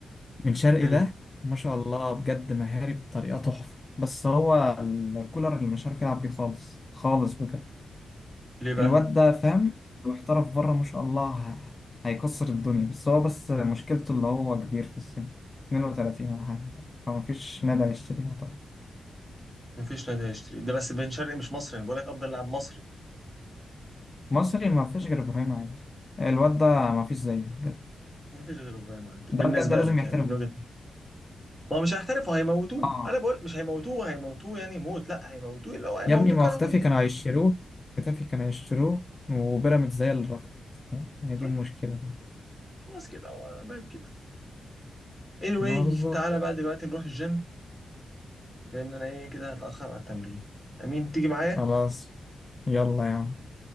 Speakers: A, on the left; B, in the centre.
A: بن شرقي
B: حلو
A: ده ما شاء الله بجد مهاري بطريقة تحفة بس هو الكولر اللي مش عارف يلعب بيه خالص خالص بجد
B: ليه بقى
A: الواد ده فاهم لو احترف بره ما شاء الله ه- هيكسر الدنيا بس هو بس مشكلته اللي هو كبير في السن 32 ولا حاجة فما فيش نادي هيشتريه طبعا
B: مفيش نادي هيشتري ده بس بن شرقي مش مصري انا بقول لك افضل لاعب مصري
A: مصري ما فيش غير إبراهيم عادل الواد ده ما فيش زيه بجد
B: مفيش غير ابراهيم عادل
A: ده
B: بالنسبه
A: بجد لازم
B: لك
A: يحترف
B: يعني من وجهة نظري. ما هو مش هيحترفوا هيموتوه
A: اه
B: انا بقول مش هيموتوه هيموتوه يعني موت لا هيموتوه لو هيموتوه
A: يا ابني ما
B: كرويا
A: هو اختفي كانوا هيشتروه اختفي كانوا هيشتروه وبيراميدز هي اللي رفضت ف- هي دي
B: طيب
A: المشكلة
B: خلاص كده هو مات كده anyway
A: ما بالظبط
B: تعالى بقى دلوقتي نروح الجيم لان انا ايه كده هتاخر على التمرين امين تيجي معايا
A: خلاص يلا يا عم